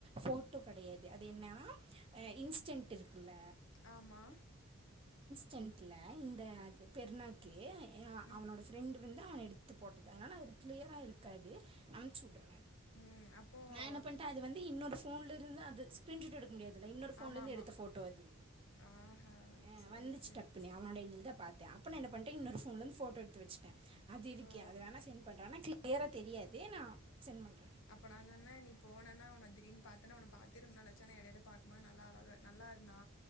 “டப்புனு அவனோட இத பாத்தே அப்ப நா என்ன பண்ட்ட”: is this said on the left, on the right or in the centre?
Right